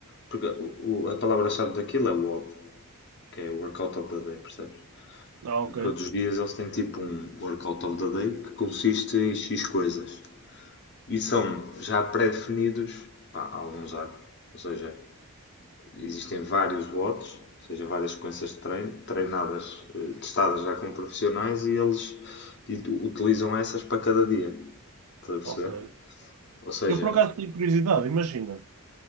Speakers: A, on the left; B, on the right.
A: porque o- a palavra-chave daquilo é WOD, que é Workout of the Day, percebes?
B: Ah, ok,
A: E todos os dias eles têm tipo um Workout of the Day que consiste em X coisas. E são já pré-definidos pá, há alguns anos. Ou seja, existem vários watts, ou seja, várias sequências de treino, treinadas, eh, testadas já com profissionais e eles utilizam essas para cada dia. Estás a perceber?
B: ok.
A: Ou seja,
B: Eu por acaso tenho curiosidade, imagina.